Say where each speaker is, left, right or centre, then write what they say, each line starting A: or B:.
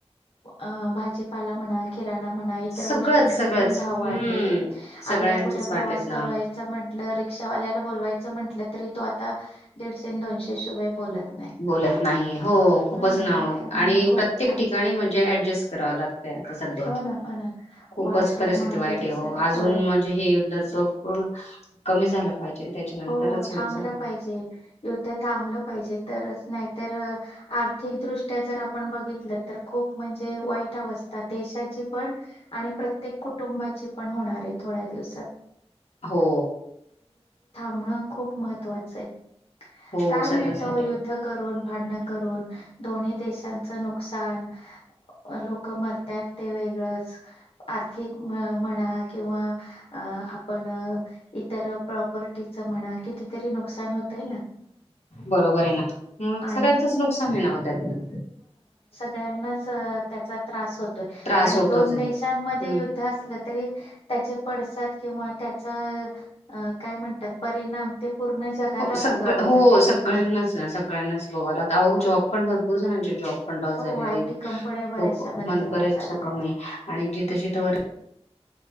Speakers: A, on the left (about 60°); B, on the left (about 80°).
A: अ भाजीपाला म्हणा किरा णा म्हणा इतर
B: सगळंच
A: गोष्टींचे
B: सगळंच
A: पण भाव वाढले
B: हम्म
A: गेले
B: सगळ्यांचेच
A: आपल्याला कुठं
B: वाढलेत
A: प्रवास
B: ना.
A: करायच म्हटलं रि क्षावाल्याला बोलवायचा म्हंटलं तरी तो आता दिडशे न दोनशे शिवाय बोलत नाही.
B: बोलत नाही हो खूपच
A: हा
B: नाव
A: त्यामुळं
B: आणि
A: खूप
B: प्रत्येक
A: अडचण
B: ठिकाणी म्हणजे ऍडजस्ट करावं लागतंय आता सध्या
A: हो ना हो ना
B: खूपच
A: वाढत्या
B: परिस्थिती
A: महागाईचा
B: वाईट आहे ओ अजून
A: वाय
B: म्हणजे हे युद्धचा पूर्ण कमी झालं पाहिजे त्याच्यानंतरच
A: हो थांबलं
B: होईल सर्व
A: पाहिजे युद्ध थांबलं पाहिजे तरच नाहीतर अ आर्थिकदृष्ट्या जर आपण बघितलं तर खूप म्हणजे वाईट अवस्था देशात चे पण आणि प्रत्येक कुटुंबाची पण होणार आहे थोड्या दिवसात.
B: हो.
A: म खूप महत्वाच आहे
B: हो
A: काय
B: सर्वांसाठी
A: मिळतं युद्ध करून भांडण करून दोन्ही देशांचा नुकसान लोकं मरतात ते वेगळंच आर्थिक म्ह म्हणा किंवा अ अ आपण अ इतर प्रॉपर्टीचा म्हणा कितीतरी नुकसान होतय ना.
B: बरोबर आहे ना मग सगळ्यांचंच
A: आणि
B: नुकसान आहे ना त्यातनं
A: त्यांनाचं त्याचा त्रास होतोय
B: त्रास
A: आणि
B: होतोच
A: दोन
B: आहे
A: देशांमध्ये
B: हम्म
A: युद्ध असलं तरी त्याचे पडसाद किंवा त्याचा अ काय म्हणतात परिणाम पूर्ण जगाला
B: सगळं
A: भोगावे
B: हो
A: लागायला
B: सगळ्यांनाच
A: लागले.
B: ना सगळ्यांनाच भोगाय लागतय आहो जॉब पण भरपूर जणांचे जॉब पण लॉस
A: हो,
B: झालेली
A: आयटी कंपन्या बऱ्याचशा
B: खूप
A: बंद
B: मन
A: होत
B: बर्याच
A: चालल्यात.
B: कमी आहे आणि जिथं जिथं वर